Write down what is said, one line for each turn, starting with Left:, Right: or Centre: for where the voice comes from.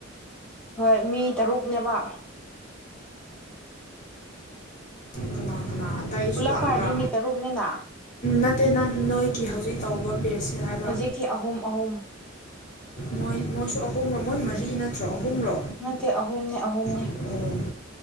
Centre: ꯍꯣꯏ ꯃꯤ ꯇꯔꯨꯛꯅꯦꯕ
Left: ꯀꯅꯥ ꯀꯅꯥ ꯑꯇꯩꯁꯨ
Centre: ꯄꯨꯂꯞ
Left: ꯂꯥꯛꯄ꯭ꯔꯥ
Centre: ꯐꯥꯔꯗꯤ ꯃꯤ ꯇꯔꯨꯛꯅꯤꯅ
Left: ꯅꯠꯇꯦ ꯅꯪ ꯅꯣꯏꯒꯤ ꯍꯧꯖꯤꯛ ꯇꯧꯕ ꯄꯦꯔꯁꯁꯦ ꯍꯥꯏꯕ
Centre: ꯍꯧꯖꯤꯛꯇꯤ ꯑꯍꯨꯝ ꯑꯍꯨꯝ
Left: ꯃꯣꯏ ꯃꯣꯏꯁꯨ ꯑꯍꯨꯝꯂꯣ ꯃꯣꯏ ꯃꯔꯤ ꯅꯠꯇ꯭ꯔꯣ ꯑꯍꯨꯝꯔꯣ
Centre: ꯅꯠꯇꯦ ꯑꯍꯨꯝꯅꯦ ꯑꯍꯨꯝꯅꯦ
Left: ꯑꯣ